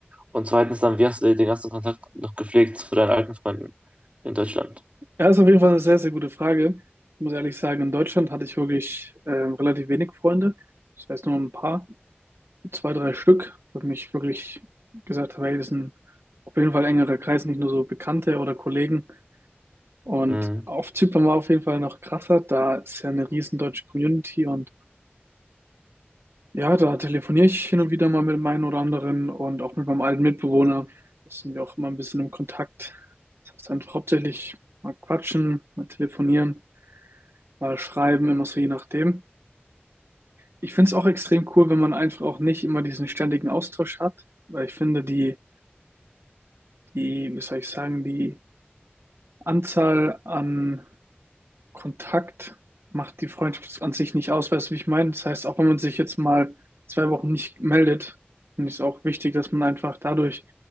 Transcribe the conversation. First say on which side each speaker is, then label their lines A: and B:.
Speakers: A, on the right; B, on the right.
A: Und zweitens dann, wie hast du den ganzen Kontakt noch gepflegt zu deinen alten Freunden in Deutschland?
B: Ja, ist auf jeden Fall eine sehr, sehr gute Frage. Ich muss ehrlich sagen, in Deutschland hatte ich wirklich ähm, relativ wenig Freunde. Das heißt nur ein paar, zwei, drei Stück, wo ich mich wirklich gesagt habe, hey, das ist ein auf jeden Fall engerer Kreis, nicht nur so Bekannte oder Kollegen. Und
A: Mhm.
B: auf Zypern war auf jeden Fall noch krasser. Da ist ja eine riesen deutsche Community und ja, da telefoniere ich hin und wieder mal mit dem einen oder anderen und auch mit meinem alten Mitbewohner. Da sind wir auch immer ein bisschen im Kontakt. Das heißt einfach hauptsächlich mal quatschen, mal telefonieren. mal schreiben, immer so je nachdem. Ich finde es auch extrem cool, wenn man einfach auch nicht immer diesen ständigen Austausch hat, weil ich finde, die, die, wie soll ich sagen, die Anzahl an Kontakt macht die Freundschaft an sich nicht aus, weißt du, wie ich meine? Das heißt, auch wenn man sich jetzt mal zwei Wochen nicht meldet, finde ich es auch wichtig, dass man einfach dadurch